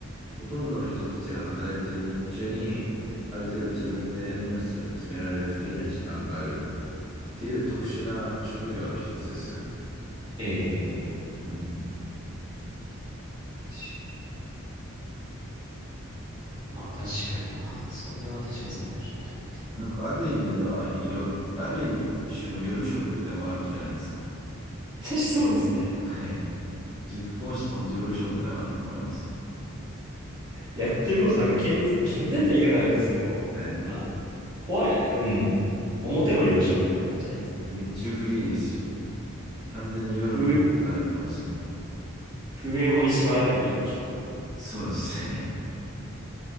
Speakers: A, in the centre; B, on the right.
A: ほとんどの人たちが働いている日中に、ある程度自分で何をするか決められるフリーな時間があるっていう特殊な職業の一つですよね。
B: ええ、
A: うん。
B: 確かまあ確かにな。それは確かにそうかもしれない。
A: なんかある意味では、よ、ある種の夜食ではあるじゃないですか。
B: 私そうですね。
A: はい。塾講師と本当夜食だなと思います。
B: やってることなんか健、健全って言い方あれですけど、
A: はい。
B: まあ、怖い、うん。
A: うん。
B: 表の夜食みたいな感じありますね。
A: 日中フリーですし、
B: え風、
A: 完全に夜の方働いてますよね。
B: 風営法に縛られない夜食。
A: そうですね。